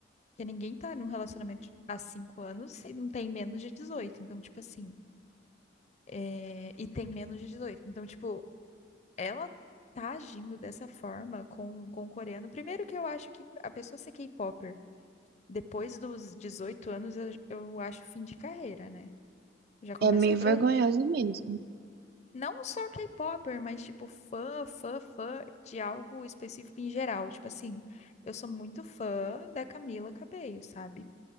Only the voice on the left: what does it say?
Porque ninguém tá num relacionamento há 5 anos e não tem menos de 18. Então, tipo assim, é, e tem menos de 18. Então, tipo, ela tá agindo dessa forma com, com o coreano. Primeiro que eu acho que a pessoa ser k pop depois dos 18 anos, eu, eu acho fim de carreira, né? Já começa
por
aí.
Não só K-popper, mas tipo fã, fã, fã de algo específico em geral. Tipo assim, eu sou muito fã da Camila Cabello, sabe?